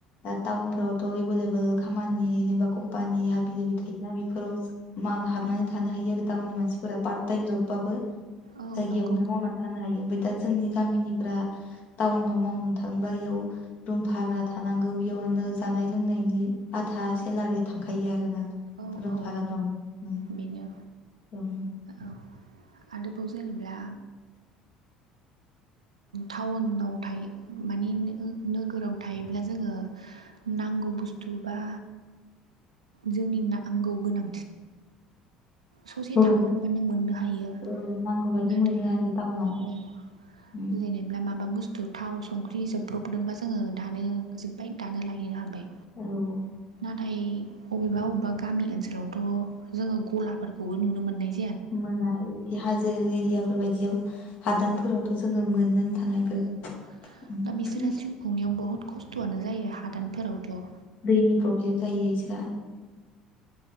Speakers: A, on the left (about 50°); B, on the right (about 80°).
A: दा टाउनफ्रावथ' एभेलेबोल खामानि जेनबा कम्पानि हाबि जाबि थायोना बेफोराव माम हाबनानै थानो हायो आरो टाउननि मानसिफोरा पार्ट टाइम जब बाबो
B: औ
A: जाय
B: नंगौ
A: यावनो मावनानै थानो हायो ओमफाय दा जोंनि गामिनिफोरा टाउनाव मावनानै थाङोबा याव भारा थानांगौ बेयावनो जानाय लोंनायनि आथा सेलारि थांखायो आरो। <unintelligible>
B: औ
A: रुम
B: औ
A: भाराफ्राव उम
B: बेनो
A: ओं
B: औ आरोबाव जेनेब्ला थाउन थायो माने नोगोराव थायोब्ला जोङो नांगौ बुस्थु बा जोंनि नांगौ गोनांथि ससे
A: ओं
B: थांब्र'बबानो मोननो हायो
A: औ नांगौ बायदि
B: नाथाय
A: मोनो आरो टाउनाव
B: औ
A: ओं
B: बुजिलायनायब्ला माबा बुस्थु थाव संख्रि जोबब्रबदोंबा जोङो दानो जोबबाय दानो लायनो हाबाय।
A: ओं औ
B: नाथाय अबेबा अबेबा गामि ओनसोलावथ' जोङो गलाब। फोरखौबो नुनो मोननाय।
A: मोना बिदि हाजो एरियाफोर बायदियाव हादानफोरावथ'
B: औ
A: जोङो मोननो थांङा इफोर
B: औ दा बिसोरहा जिउ खुंनायाव बहुद खस्थ'आनो जायो हादानफोरावथ'
A: दैनि प्रब्लेम जायो इसोरा।